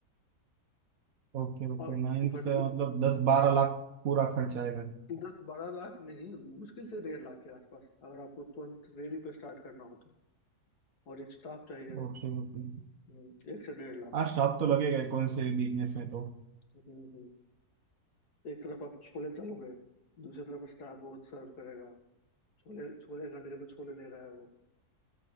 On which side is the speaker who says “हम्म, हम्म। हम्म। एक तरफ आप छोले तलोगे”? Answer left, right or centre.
Left